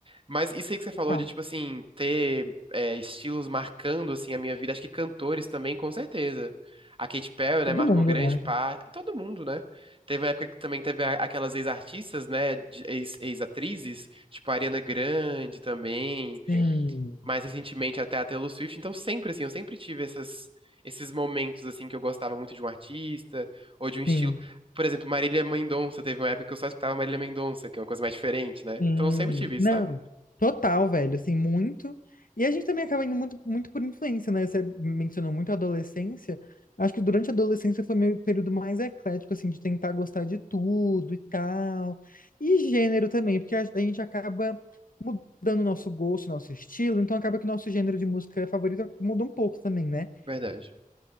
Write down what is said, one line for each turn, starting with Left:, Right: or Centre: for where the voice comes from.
Right: Mas isso aí que você
Left: total.
Right: falou de, tipo assim, ter é, estilos marcando, assim, a minha vida. Acho que cantores também, com certeza. A Katy Perry, né,
Left: Todo
Right: marcou
Left: mundo,
Right: grande
Left: né?
Right: parte. Todo mundo, né? Teve uma época que também teve a- aquelas ex-artistas, né, de- ex- ex-atrizes, tipo a Ariana Grande também.
Left: Sim,
Right: Mais recentemente até a Taylor Swift. Então sempre, assim, eu sempre tive essas... Esses momentos, assim, que eu gostava muito de um artista ou de um estilo.
Left: sim.
Right: Por exemplo, Marília Mendonça, teve uma época que eu só escutava Marília Mendonça, que é uma coisa mais diferente, né?
Left: Sim,
Right: Então eu sempre tive isso,
Left: não,
Right: sabe?
Left: total, velho, assim, muito. E a gente também acaba indo muito, muito por influência, né? Você mencionou muito a adolescência. Acho que durante a adolescência foi meu período mais eclético, assim, de tentar gostar de tudo e tal. E gênero também, porque a, a gente acaba mudando o nosso gosto, nosso estilo, então acaba que o nosso gênero de música favorito muda um pouco também, né?
Right: Verdade.